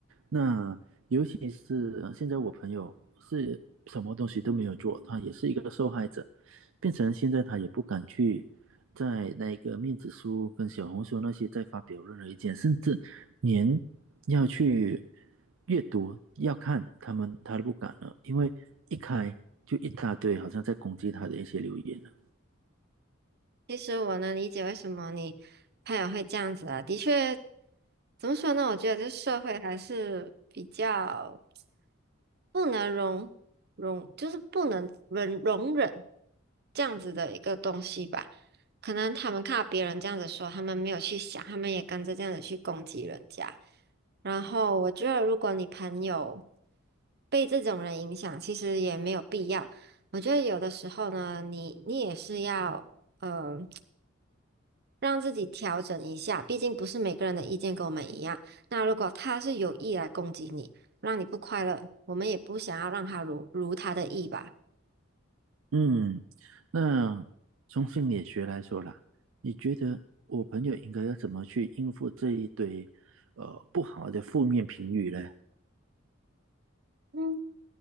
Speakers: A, on the right; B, on the right.
A: 那尤其是呃现在我朋友是什么东西都没有做，他也是一个受害者，变成现在他也不敢去在那个面子书跟小红书那些再发表任何意见，甚至连要去阅读、要看他们他都不敢了，因为一开就一大堆好像在攻击他的一些留言了。
B: 其实我能理解为什么你朋友会这样子啊，的确，怎么说呢？我觉得这社会还是比较不能容容，就是不能忍容忍这样子的一个东西吧。可能他们看到别人这样子说，他们没有去想，他们也跟着这样子去攻击人家。然后我觉得，如果你朋友被这种人影响，其实也没有必要。我觉得有的时候呢，你你也是要。嗯、呃让自己调整一下，毕竟不是每个人的意见跟我们一样。那如果他是有意来攻击你，让你不快乐，我们也不想要让他如如他的意吧。
A: 嗯，那从心理学来说啦，你觉得我朋友应该要怎么去应付这一堆呃不好的负面评语呢？
B: 嗯，